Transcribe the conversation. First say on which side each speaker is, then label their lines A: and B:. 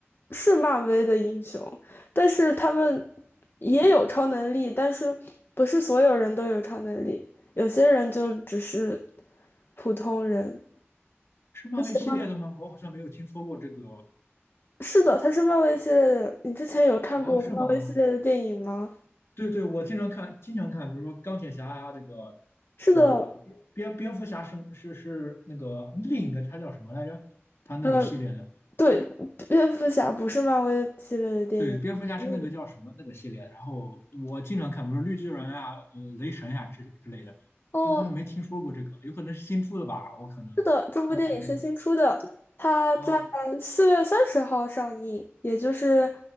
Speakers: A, on the left; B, on the left.
A: 是漫威的英雄，但是他们也有超能力，但是不是所有人都有超能力，有些人就只是普通人。
B: 是漫威系列的吗？
A: 你喜欢？
B: 我好像没有听说过这个
A: 是的，他是漫威系列的。你之前有看过漫威系列的电影吗？
B: 啊，是吗？对对，我经常看，经常看，比如说钢铁侠啊，那个
A: 是的，
B: 呃，蝙蝙蝠侠是是是那个另一个，他叫什么来着？他那个系列的。
A: 呃，对，蝙蝠侠不是漫威系列的电影。
B: 对，蝙蝠侠是那个叫什么那个系列，
A: 嗯。
B: 然后我经常看，比如说绿巨人啊、呃、雷神呀、之之类的，
A: 哦。
B: 但我好像没听说过这个，有可能是新出的吧？我可能，
A: 是的，这部电影是新出的，
B: 那我可能
A: 它在四月三十号上映，
B: 哦
A: 也就是，